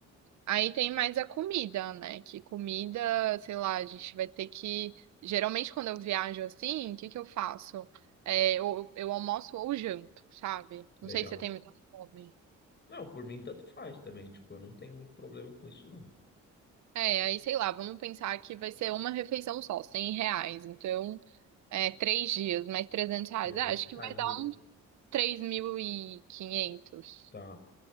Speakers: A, on the right; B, on the left.
A: Aí tem mais a comida, né? Que comida, sei lá, a gente vai ter que. Geralmente quando eu viajo assim, o que que eu faço? É, eu, eu almoço ou janto, sabe?
B: Legal.
A: Não sei se você tem muita fome.
B: Não, por mim tanto faz também, tipo, eu não tenho muito problema com isso não.
A: É, aí sei lá, vamos pensar que vai ser uma refeição só, 100 reais. Então, é, três dias, mais trezentos reais.
B: Trezentos.
A: Ah, acho que
B: reais.
A: vai dar
B: de-
A: uns 3.500.
B: Tá.